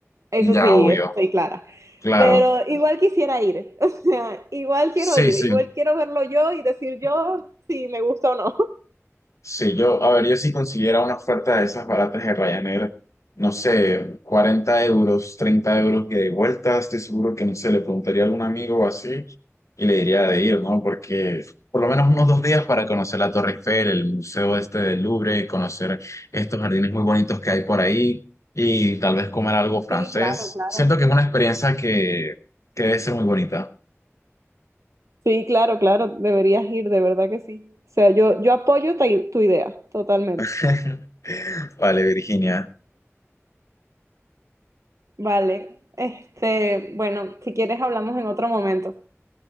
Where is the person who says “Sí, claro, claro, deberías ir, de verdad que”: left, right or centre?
Right